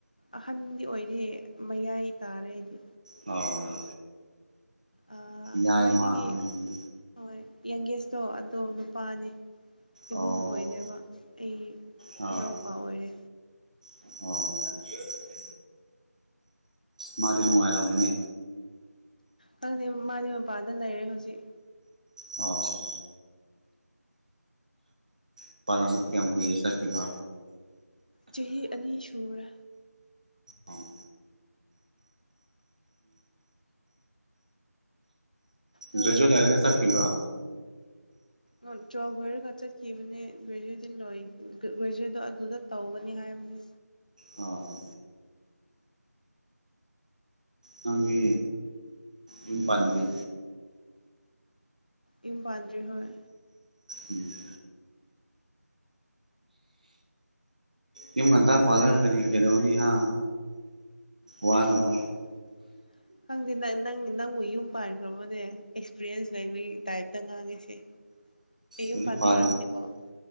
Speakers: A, on the left; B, on the right.
A: ꯑꯍꯟꯗꯤ ꯑꯣꯏꯗꯦ ꯃꯌꯥꯏ ꯇꯥꯔꯦ ꯑꯩꯗꯤ
B: ꯑꯣ
A: ꯑꯥ
B: ꯌꯥꯏꯃ
A: ꯈ꯭ꯋꯥꯏꯗꯒꯤ
B: ꯍꯥꯏꯕꯗꯨꯅꯤ
A: ꯍꯣꯏ ꯌꯪꯒꯦꯁꯇꯣ ꯑꯗꯣ ꯅꯨꯄꯥꯅꯤ ꯏꯕꯨꯡ
B: ꯑꯣ
A: ꯑꯣꯏꯗꯦꯕ ꯑꯩ
B: ꯑꯥ
A: ꯏꯅꯥꯎꯄꯥ ꯑꯣꯏꯔꯦ
B: ꯑꯣ ꯃꯥꯗꯤ ꯅꯨꯡꯉꯥꯏꯔꯝꯒꯅꯤ
A: ꯈꯪꯗꯦ ꯃꯥꯗꯤ ꯃꯄꯥꯟꯗ ꯂꯩꯔꯦ ꯍꯧꯖꯤꯛ
B: ꯑꯣ ꯃꯄꯥꯂꯝꯗ ꯀꯌꯥꯝ ꯀꯨꯏꯔꯦ ꯆꯠꯈꯤꯕ
A: ꯆꯍꯤ ꯑꯅꯤ ꯁꯨꯔꯦ
B: ꯑꯣ
A: ꯅꯣꯏ
B: ꯒ꯭ꯔꯦꯖꯨꯑꯦꯠ ꯂꯣꯏꯔꯒ ꯆꯠꯈꯤꯕ꯭ꯔꯣ
A: ꯅꯣꯟ ꯇꯨꯌꯦꯜ ꯂꯣꯏꯔꯒ ꯆꯠꯈꯤꯕꯅꯦ ꯒ꯭ꯔꯦꯖꯨꯋꯦꯠꯇꯤ ꯂꯣꯏ ꯒ꯭ꯔꯦꯖꯨꯋꯦꯠꯇꯣ ꯑꯗꯨꯗ ꯇꯧꯒꯅꯤ ꯍꯥꯏꯕꯅꯤ
B: ꯑꯣꯝ ꯅꯪꯒꯤ ꯌꯨꯝ ꯄꯥꯟꯗꯔꯤ
A: ꯌꯨꯝ ꯄꯥꯟꯗ꯭ꯔꯤ ꯍꯣꯏ
B: ꯎꯝ ꯌꯨꯝ ꯉꯟꯇꯤ ꯄꯥꯜꯂꯒ ꯀꯔꯤ ꯀꯩꯗꯧꯅꯤ ꯍꯥ
A: <unintelligible>
B: ꯋꯥꯅꯕ
A: ꯈꯪꯗꯦ ꯅꯪ ꯅꯪ ꯅꯪꯕꯨ ꯌꯨꯝ ꯄꯥꯟꯈ꯭ꯔꯕꯅꯦ ꯑꯦꯛꯁꯄꯤꯔꯤꯌꯦꯟꯁ ꯂꯩꯕꯒꯤ ꯇꯥꯏꯞꯇ ꯉꯥꯡꯉꯤꯁꯦ <inaudible> ꯑꯩ ꯌꯨꯝ
B: ꯑꯩꯗꯤ
A: ꯄꯥꯟꯕꯤ
B: ꯄꯥꯜ
A: ꯑꯣꯏꯔꯝꯅꯤꯀꯣ ꯑꯣ